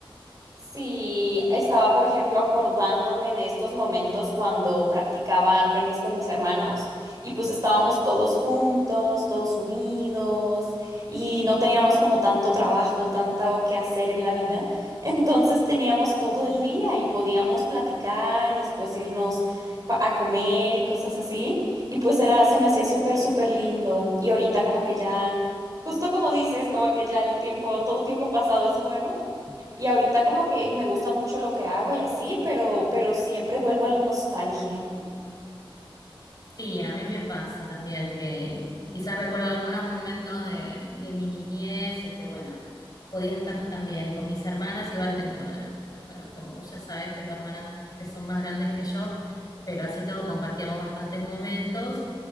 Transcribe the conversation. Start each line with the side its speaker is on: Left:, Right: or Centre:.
Right: Sí, estaba, por ejemplo, acordándome de estos momentos cuando practicaba tenis con mis hermanos y pues estábamos todos juntos, todos unidos y no teníamos como tanto trabajo, tanto que hacer en la vida. Entonces teníamos todo el día y podíamos platicar, después irnos pa- a comer y cosas así. Y pues era, se me hacía súper, súper lindo. Y ahorita como que ya, justo como dices, como que ya el tiempo, todo tiempo pasado es bueno. Y ahorita como que me gusta mucho lo que hago y así, pero, pero siempre vuelvo a la nostalgia.
Left: Sí, a mí me pasa también que quizás recuerdo algunos momentos de, de mi niñez, es que bueno, podía estar también con mis hermanas, igual tengo, eh, bueno, como vos ya sabés, tengo hermanas que son más grandes que yo, pero así todo compartíamos bastantes momentos